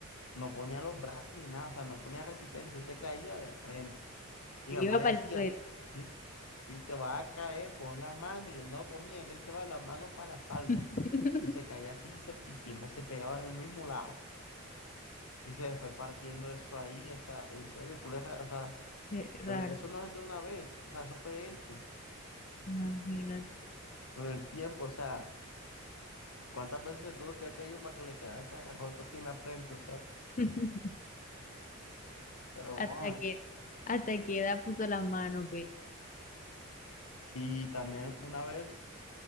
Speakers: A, on the left; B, on the left.
A: no ponía los brazos ni nada, o sea, no ponía resistencia, se caía de frente. Y
B: Yo
A: mi mamá
B: Iba
A: le
B: para
A: decía,
B: el suelo.
A: si, si te vas a caer, pon la mano. Y él no ponía, él le echaba las manos para la espalda.
B: <laughs>
A: Y se caía así y, se- y siempre se pegaba en el mismo lado. Y se le fue partiendo eso ahí. O sea, en serio, culeja O sea,
B: Sí, Raro.
A: el- eso no es de una vez. O sea, eso fue hecho
B: Imagínate.
A: con el tiempo. O sea, ¿cuántas veces se tuvo que haber caído para que le quedara esa rajota así en la frente? O sea,
B: <laughs>
A: pero,
B: Hasta
A: joder,
B: que, hasta que edad puso la mano, ve.
A: sí, también una vez,